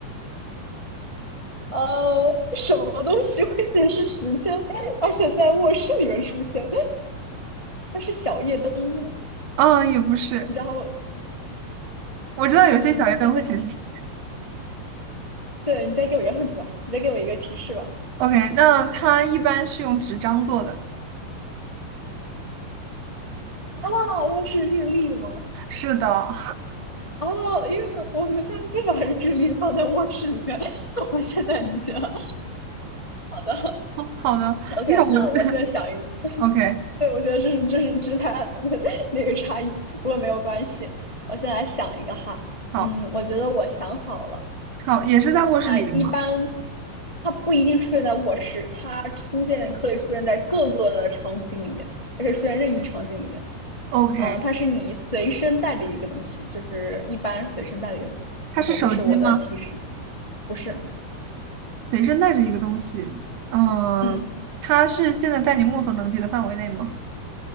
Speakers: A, on the left; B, on the right.
A: 呃，什么东西会显示时间，而且在卧室里面出现？它是小夜灯吗
B: 嗯也不是，
A: 你知道
B: 我知道有些小夜灯会显示
A: 嗯，对，你再给我一个 hint 吧，你再给我一个提示吧。
B: OK，那它一般是用纸张做的。
A: 啊，那是日历吗？
B: 是的，
A: 哦，因为我们家不把日历放在卧室里面，<laughs> 我现在理解了。好的
B: <laughs> 好的，
A: ，OK，
B: 因为我
A: 那我现在想一个，
B: <laughs> OK，
A: 对，我觉得这是这是之它的 <laughs> 那个差异，不过没有关系。我先来想一个哈，
B: 好
A: 嗯，我觉得我想好了，
B: 好也是在卧室里的吗
A: 啊，一般它不一定出现在卧室，它出现可以出现在各个的场景里面，也可以出现任意场景里面。
B: OK，
A: 嗯，它是你随身带着一个东西，就是一般随身带的一个东西。
B: 它是手机吗？
A: OK，这是我的提示，不是。
B: 随身带着一个东西，嗯，
A: 嗯，
B: 它是现在在你目所能及的范围内吗